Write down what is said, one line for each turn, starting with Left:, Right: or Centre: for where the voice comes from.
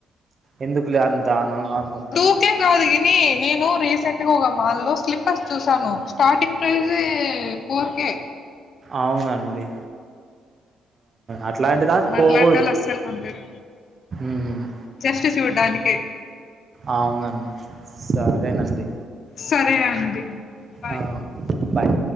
Right: ఎందుకులే అంత అని అనుకుంటాం.
Left: ఇంకేం కాదు కాని నేను రీసెంట్ గా ఒక మాల్లో స్లిప్పర్స్ చూసాను స్టార్టింగ్ ప్రైజే. ఫోర్ కే.
Right: అవునండి. అట్లాంటి దానికి
Left: మన
Right: పోకూడదు
Left: లాంటోళ్ళు ఆసలు కొనలేరు.
Right: ఉమ్.
Left: జస్ట్ చూడ్డానికే.
Right: అవునండి సరేనండి.
Left: సరే అండి. బాయ్
Right: ఆ బాయ్.